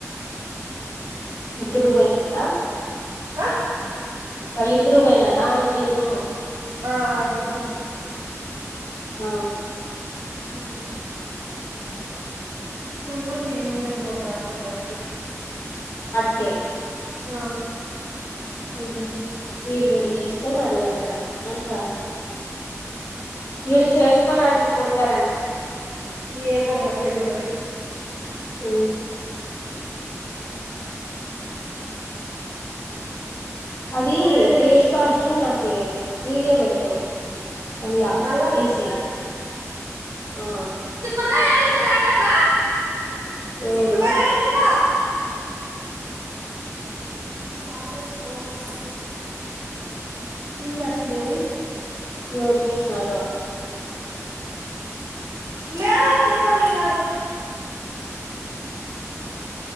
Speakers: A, on the left (about 60°); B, on the right (about 85°).
A: ఇద్దురు పాయినరా
B: ఆ
A: వాళ్ళద్రు బయనారా ఆంటీ నువ్వు
B: ఆ వాళ్ళరు
A: ఆ
B: హ మళ్ళా వీళ్ళందరు పోతారు పండకి
A: కే
B: ఆ
A: ఆహ వీల్లుడు చేసుకొని అడుగుతారండి అంతా వడు చేసుకొని ఆడిగిపోతారంట
B: ఏమోమ్ మకె ఎందది
A: అ అది
B: సరేలే
A: తెసు
B: విష్క
A: పషూ నక వీడియో బడ్డో వళ్ళా
B: మళ్ళా
A: తీసే
B: పెడతాలే
A: ఆ
B: డుతు అంటమ్బ
A: ఎవరు
B: చిక్కుడుగా వెతురా అమ్మాయికి ఫోన్ వస్తా ఉ అట్లే
A: ూ చేసన్నారుార
B: లేరు అత్త ఎక్కడ బోయారు